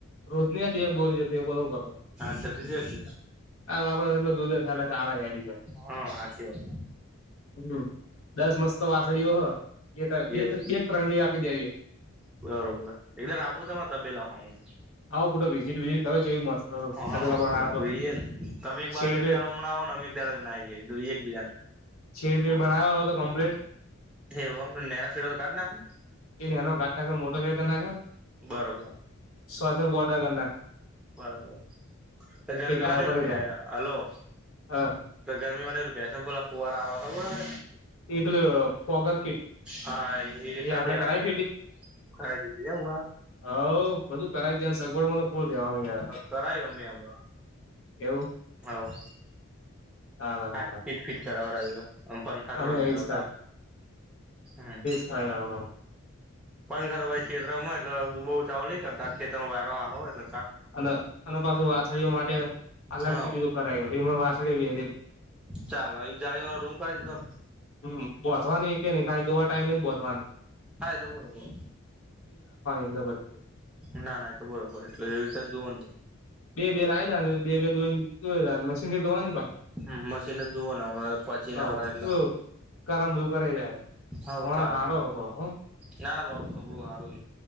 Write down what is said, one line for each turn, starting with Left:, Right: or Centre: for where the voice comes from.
Left: રોજની બે બોરી જતી એ બોલો બ. હ
Centre: હા જતી જ
Left: આપડે એટલ દૂધ થલા ચારા હેરી છે
Centre: હા સાચી વાત
Left: હમ. દસ મસ્ત વાસળીઓ હ એ બે
Centre: એવું
Left: બે ત્રણ જેવી આપી દેવી.
Centre: બરોબર એકદર આબુતામાં તબેલા હો હું.
Left: આવો પૂટો વિઝિટ વિઝિટ કરો છે એવી મસ્ત
Centre: હા
Left: પેલો બનાવ
Centre: એટલે
Left: તો
Centre: જોઈએને તમે એક બાજુ
Left: શેડબેડ
Centre: એક દાડો હમણાં આવ નેમે. ના એક બીજા.
Left: શેર પીર બનાયાય તો કમ્પ્લીટ.
Centre: એમ નાના શીડ તો કાઢ નાખે.
Left: એ નો કાઢના મોટો શેડ કરના
Centre: બરોબર
Left: અરો બોડર કરના.
Centre: બરોબર ગરમી
Left: ગાયો
Centre: માટેલું
Left: ફરી
Centre: પ
Left: જાય
Centre: હલો.
Left: હ
Centre: તો ગરમી માટે એપ્યા છે ને પોલા પુવાર આવે ખબર હો.
Left: એ પેલું ફોગર કીટ
Centre: હા એ સધ્યાવાલ્યા.
Left: આપડે કરાવી
Centre: ખરા દીધજ હણા.
Left: હઉ બધું કરાઈ જાય ને સગવડ માં તો ફૂલ દેવાનું યાર.
Centre: કરાયો અમેમો.
Left: એવું.
Centre: હવ.
Left: હાલ હાલ
Centre: આ ફિટ ફિટ કરાવ પંખા થોડા
Left: અમે
Centre: મલાવ
Left: એજ
Centre: હમ.
Left: આઈગાડુમા.
Centre: પંખર ભાઈ કષેત્ર માં એટલે બહુ ચાવોલી કરતા ખેતમાં વારો હારો એટ.
Left: અને અને પાછું વાછડીઓ માટે અલગથી
Centre: હ
Left: બીધું કરાયું એ વાછળ વહેરી.
Centre: ચાલ જાણીવારો રૂમ કરાવીદીધો.
Left: હમ બોંસવાની કે નહી ખાયદોવા ટાઈમે જ બાધવાની.
Centre: હા તો બોબો.
Left: અંદર બધી
Centre: ના ના એ તો બરોબર એટલે એવી રીતે જોવ.
Left: બેર આ જા બેર દોઈ દો મીન થી દોવાની ભ.
Centre: હ મશીનને દુવ ના પછી
Left: હવ
Centre: ના આવ એટલા.
Left: બધું કરમ બધું કરે જાય.
Centre: હા
Left: માણહ
Centre: ચાાલ
Left: હારો હ પણ હો
Centre: ના ના બાબુ છોપડું હારું.